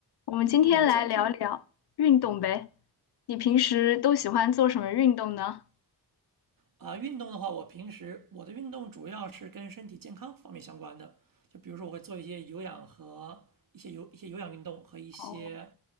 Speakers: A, on the left (about 65°); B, on the right (about 50°).
A: 我们今天来聊聊运动呗。
B: 那我们今天
A: 你平时都喜欢做什么运动呢？
B: 啊、呃运动的话，我平时我的运动主要是跟身体健康方面相关的，就比如说我会做一些有氧和一些有一些有氧运动和一些
A: 哦，